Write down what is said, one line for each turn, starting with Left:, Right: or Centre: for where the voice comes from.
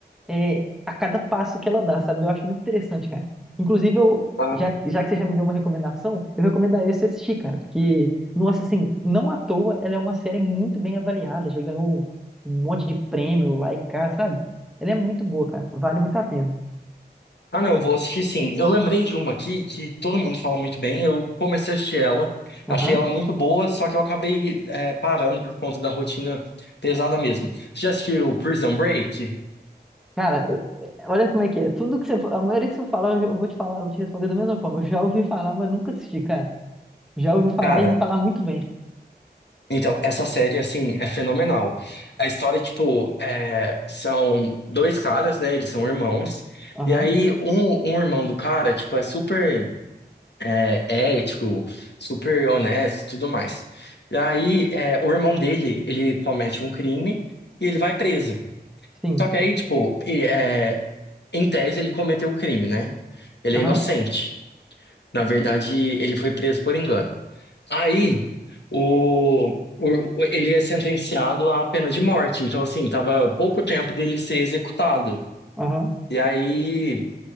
Centre: é, a cada passo que ela dá, sabe? Eu acho muito interessante, cara. Inclusive, eu,
Left: Ah,
Centre: já, já que você já me deu uma recomendação, eu recomendaria você assistir, cara, porque, nossa, assim, não à toa, ela é uma série muito bem avaliada, já ganhou um monte de prêmio lá e cá, sabe? Ela é muito boa, cara, vale muito a pena.
Left: ah, não, vou assistir sim. Eu lembrei de uma aqui que todo mundo fala muito bem. Eu comecei a assistir ela,
Centre: Aham.
Left: achei ela muito boa, só que eu acabei é, parando por conta da rotina pesada mesmo. Você já assistiu Prison Break?
Centre: Cara, eu- é, olha como é que é. Tudo que você, fa- a maioria que você falar, eu eu vou te falar, eu vou te responder da mesma forma. Eu já ouvi falar, mas nunca assisti, cara. Já ouvi falar
Left: Cara,
Centre: e falar muito bem.
Left: Então, essa série, assim, é fenomenal. A história, tipo, é, são dois caras, né? Eles são irmãos.
Centre: Aham,
Left: E aí, um, um irmão do cara, tipo, é super é, ético, super honesto e tudo mais. E aí, é, o irmão dele, ele comete um crime e ele vai preso.
Centre: sim.
Left: Só que aí, tipo, e, é, em tese, ele cometeu o crime, né? Ele
Centre: Aham,
Left: é inocente. Na verdade, ele foi preso por engano. Aí, o, o- ele é sentenciado à pena de morte. Então, assim, tava pouco tempo dele ser executado.
Centre: aham.
Left: E aí,